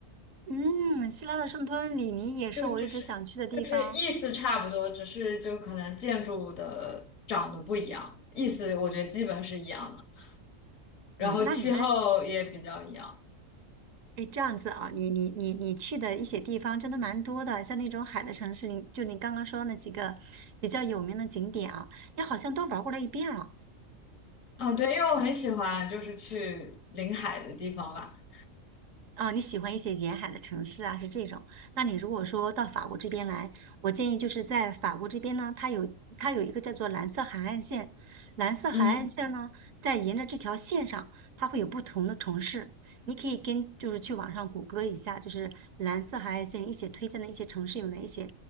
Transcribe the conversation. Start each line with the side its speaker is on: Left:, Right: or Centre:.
Right: 嗯，希腊的圣托里尼也是我一直想去的地方。
Left: 就就是就是意思差不多，只是就可能建筑的长得不一样，意思我觉得基本是一样的。然后气候也比较一样。
Right: 哎呦那你的哎，这样子啊，你你你你去的一些地方真的蛮多的，像那种海的城市，你就你刚刚说那几个比较有名的景点啊，你好像都玩过了一遍了。
Left: 啊，对，因为我很喜欢就是去临海的地方吧。
Right: 啊，你喜欢一些沿海的城市啊，是这种。那你如果说到法国这边来，我建议就是在法国这边呢，它有它有一个叫做蓝色海岸线，蓝色海岸线呢，
Left: 嗯
Right: 在沿着这条线上，它会有不同的城市。你可以跟就是去网上谷歌一下，就是蓝色海岸线一些推荐的一些城市有哪一些，